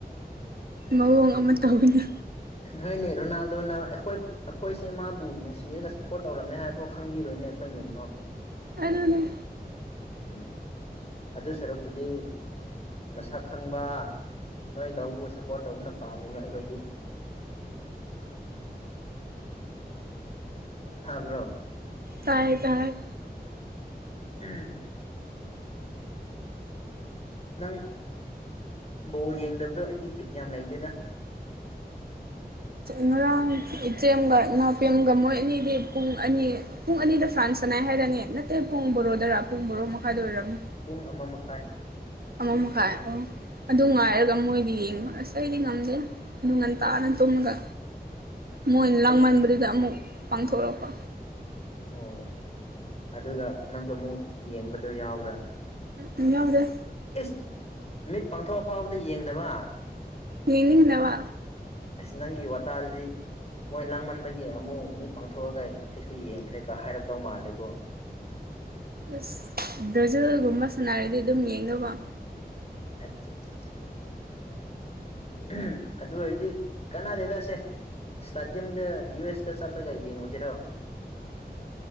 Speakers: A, on the right; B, on the left.
A: ꯃꯑꯣꯡ ꯑꯃ ꯇꯧꯒꯅꯤ
B: ꯍꯣꯏꯅꯦ ꯔꯣꯅꯥꯜꯗꯣꯅ ꯑꯩꯈꯣꯏ ꯑꯩꯈꯣꯏꯁꯦ ꯃꯥꯕꯨ ꯅꯨꯡꯁꯤꯔꯒ ꯁꯞꯄꯣꯔꯠ ꯇꯧꯔꯝꯃꯦ ꯍꯥꯏꯕꯐꯥꯎ ꯈꯪꯕꯤꯔꯣꯏꯅꯦ ꯑꯩꯈꯣꯏ ꯃꯤꯡꯐꯥꯎ
A: ꯑꯗꯨꯅꯦ
B: ꯎꯝ ꯑꯗꯨ ꯁꯔꯨꯛꯄꯨꯗꯤ ꯃꯁꯛ ꯈꯪꯕ ꯅꯣꯏꯗꯕꯨ ꯁꯞꯄꯣꯔꯠ ꯇꯧꯕꯅ ꯄꯥꯝꯃꯦꯕ ꯑꯩꯈꯣꯏꯗꯤ ꯍꯥꯕ꯭ꯔꯣ
A: ꯇꯥꯏ ꯇꯥꯏ
B: ꯎꯝ ꯅꯪ ꯕꯣꯜ ꯌꯦꯡꯗꯕꯗꯣ ꯑꯩꯗꯤ ꯕꯤꯠ ꯌꯥꯝ ꯂꯩꯇꯦꯗ
A: ꯉꯔꯥꯡ ꯏꯆꯦꯝꯒ ꯏꯅꯥꯄꯦꯝꯒ ꯃꯣꯏ ꯑꯅꯤꯗꯤ ꯄꯨꯡ ꯑꯅꯤ ꯄꯨꯡ ꯑꯅꯤꯗ ꯐ꯭ꯔꯥꯟꯁ ꯆꯅꯥꯏ ꯍꯥꯏꯔꯅꯦ ꯅꯠꯇꯦ ꯄꯨꯡ ꯕꯣꯔꯣꯗꯔ ꯄꯨꯡ ꯕꯣꯔꯣ ꯃꯈꯥꯏꯗ ꯑꯣꯏꯔꯝꯅꯤ
B: ꯄꯨꯡ ꯑꯃ ꯃꯈꯥꯏ
A: ꯑꯃ ꯃꯈꯥꯏ ꯑꯣ
B: ꯎꯝ
A: ꯑꯗꯨ ꯉꯥꯏꯔꯒ ꯃꯣꯏꯗꯤ ꯌꯦꯡꯉ ꯑꯁ ꯀꯗꯤ ꯉꯝꯗꯦ ꯅꯨꯡ ꯉꯟꯇꯥꯥꯅ ꯇꯨꯝꯃꯒ ꯃꯣꯏꯅ ꯂꯥꯡꯃꯟꯕ
B: ꯍꯩ
A: ꯗ ꯑꯃꯨꯛ ꯄꯥꯡꯊꯣꯔꯛꯄ
B: ꯑꯣ ꯑꯗꯨꯒ ꯅꯪꯁꯨ ꯑꯃꯨꯛ ꯌꯦꯡꯕꯗꯣ ꯌꯥꯎꯕ꯭ꯔꯥ
A: ꯎꯝ ꯌꯥꯎꯗꯦ
B: ꯏꯁ ꯃꯤꯠ ꯄꯥꯡꯊꯣꯛꯑꯐꯥꯎꯕꯗ ꯌꯦꯡꯗꯕ
A: ꯌꯦꯅꯤꯡꯟꯅ ꯋꯥ
B: ꯑꯁ ꯅꯪꯒꯤ ꯋꯥꯇꯥꯗꯗꯤ ꯃꯣꯏ ꯂꯥꯡꯃꯟꯕꯒꯤ ꯑꯃꯨꯛ ꯃꯤꯠ ꯄꯥꯡꯊꯣꯛꯑꯒ ꯑꯩꯁꯨ ꯌꯦꯡꯈ꯭ꯔꯦ ꯀ ꯍꯥꯏꯔꯛꯇꯧ ꯃꯥꯜꯂꯦ ꯀꯣ
A: ꯑꯁ ꯕ꯭ꯔꯥꯖꯤꯜꯒꯨꯝꯕ ꯁꯅꯔꯗꯤ ꯑꯗꯨꯝ ꯌꯦꯡꯅꯕ
B: ꯑꯆꯥ ꯑ ꯎꯝ ꯑꯗꯨ ꯑꯣꯏꯔꯗꯤ ꯀꯅꯥꯗ ꯆꯁꯦ ꯏꯁꯇꯥꯗꯤꯌꯝꯗ ꯌꯨ ꯑꯦꯁꯇ ꯆꯠꯂꯒ ꯌꯦꯡꯉꯨꯁꯤꯔꯣ